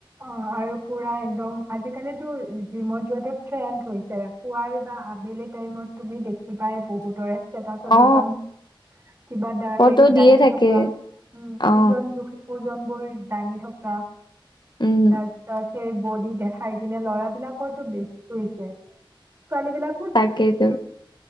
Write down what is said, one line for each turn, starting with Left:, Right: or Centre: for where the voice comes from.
Right: অ', আৰু পুৰা একদম আজিকালিতো জিমত যোৱাটো ট্ৰেণ্ড হৈছে। পুৱাই বা আবেলি টাইমত তুমি দেখিবাই বহুতৰে ষ্টেটাছত
Left: অ
Right: একদম কিবা দা-হেৰি
Left: ফটো দিয়ে
Right: দাঙি
Left: থাকে
Right: থকা উম,
Left: অ
Right: ওজন জুখি ওজনবোৰ দাঙি থকা।
Left: উম
Right: তাৰপিছত সেই বডি দেখাই কিনে ল'ৰা বিলাকৰতো বে কৈছে ছোৱালীবিলাক
Left: তাকেইটো